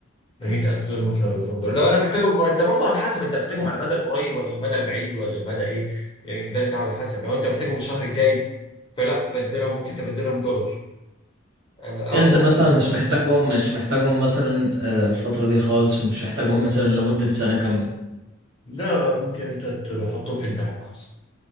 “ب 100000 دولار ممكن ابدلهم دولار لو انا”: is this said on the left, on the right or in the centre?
Left